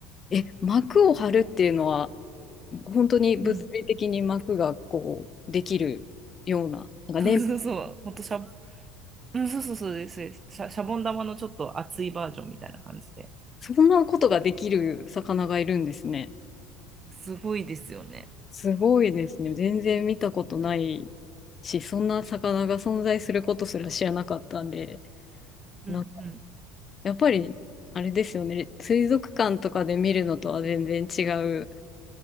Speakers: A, on the left; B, on the right.
A: え、膜を張るっていうのは、本当に物理的に膜がこう、
B: うん。
A: できるような、なんかね、
B: そうそうそう、本当シャ、うん、そうそうそうですですシャ、シャボン玉のちょっと厚いバージョンみたいな感じで。
A: そんなことができる魚がいるんですね。
B: すごいですよね。
A: すごいですね。全然見たことないし、そんな魚が存在することすら知らなかったんで、
B: うんうん
A: なんかやっぱり、あれですよね、水族館とかで見るのとは全然違う